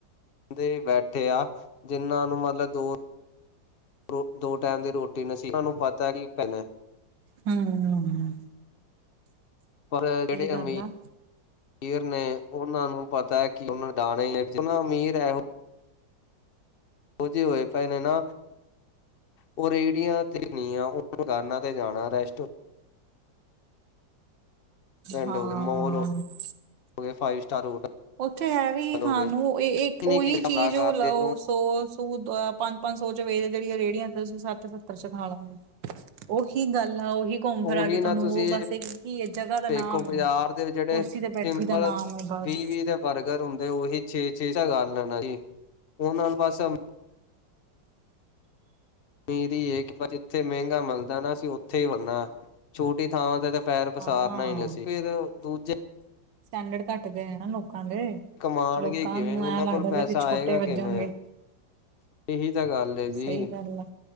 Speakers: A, on the left; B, on the right.
A: ਦੇ ਬੈਠੇ ਆ ਜਿਹਨਾਂ ਨੂੰ ਮਤਲਬ ਦੋ ਰ ਦੋ ਟੈਮ ਦੀ ਰੋਟੀ ਦੀ ਨਸੀਬ ਉਨਾਂ ਨੂੰ ਪਤਾ ਕੀ ਪੈਨਾ
B: ਹੂੰ ਹੂੰ ਹੂੰ
A: ਪਰ ਜਿਹੜੇ
B: ਗੱਲ
A: ਅਮੀਰ
B: ਆ
A: ਅਰ ਨੇ ਉਹਨਾਂ ਨੂੰ ਪਤਾ ਕਿ ਉਹ ਦਾਣੇ ਲੈਤੇ ਉਹ ਅਮੀਰ ਇਹ ਉਹ ਜੀ ਹੋਏ ਪਏ ਨੇ ਨਾ ਉਹ ਰੇਹੜੀਆਂ ਤੇ ਨੀ ਆ ਦੁਕਾਨਾਂ ਤੇ ਜਾਣਾ ਰੈਸਟ ਪਿੰਡ
B: ਹਾਂ
A: ਹੋ ਗਏ ਮੋਲ ਹੋ ਗਏ ਫਾਈਵ ਸਟਾਰ ਹੋਟਲ
B: ਉੱਥੇ ਹੈ ਵੀ ਹੀ ਖਾਣ
A: ਹੋ ਗਏ
B: ਨੂੰ ਇਹ ਇੱਕ
A: ਕਿੰਨੇ
B: ਉਹੀ
A: ਕੀ ਕਲਾਕਾਰਦੇ
B: ਚੀਜ਼ ਉਹ ਲਓ ਤੋਂ ਸੂ ਪੰਜ ਪੰਜ ਸੌ ਚ ਵੇ ਜਿਹੜੀ ਰੇਹੜੀਆਂ ਤੇ ਤੁਸੀਂ ਸੱਤ ਸੱਤਰ ਚ ਖਾ ਲਵਾਂਗੇ <inaudible> ਉਹੀ ਗੱਲ ਆ ਉਹੀ ਘੁੰਮ ਫਿਰ
A: ਉਹੀ
B: ਕੇ ਤੁਹਾਨੂੰ
A: ਨਾ ਤੁਸੀਂ
B: ਉਹ ਬਸ ਇਹ ਕੀ ਜਗ੍ਹਾ ਦਾ ਨਾਮ
A: ਵੇਖੋ ਬਾਜ਼ਾਰ ਦੇ ਜਿਹੜੇ
B: ਕੁਰਸੀ ਤੇ ਬੈਠੀ
A: ਸਿੰਪਲ
B: ਦਾ ਨਾਮ ਹੈ ਖਾਸ
A: ਵੀਹ ਵੀਹ ਦੇ ਬਰਗਰ ਹੁੰਦੇ ਉਹੀ ਛੇ ਛੇ ਗਾ ਲੈਣਾ ਸੀ। ਉਹਨਾਂ ਨੂੰ ਬਸ ਮੇਰੀ ਇਹ ਕਿ ਜਿੱਥੇ ਮਹਿੰਗਾ ਮਿਲਦਾ ਨਾ ਅਸੀਂ ਉੱਥੇ ਹੀ ਵੜਨਾ ਛੋਟੀ ਥਾਵਾਂ ਤੇ ਪੈਰ ਪਸਾਰਨਾ
B: ਹਾਂ
A: ਹੀ ਨਹੀਂ ਅਸੀਂ ਫੇਰ ਦੂਜੇ
B: ਸਟੈਂਡਰਡ ਘੱਟਦੇ ਆ ਨਾ ਲੋਕਾਂ ਦੇ
A: ਕਮਾਉਣਗੇ
B: ਲੋਕਾਂ
A: ਕਿਵੇਂ
B: ਨੂੰ
A: ਉਹਨਾਂ
B: ਐਂ ਲੱਗਦਾ
A: ਕੋਲ ਪੈਸਾ
B: ਵੀ ਅਸੀਂ ਛੋਟੇ
A: ਆਏਗਾ
B: ਵੱਜਾਂਗੇ
A: ਕਿਵੇਂ ਇਹੀ ਤਾਂ ਗੱਲ ਹੈ
B: ਸਹੀ
A: ਜੀ
B: ਗੱਲ ਆ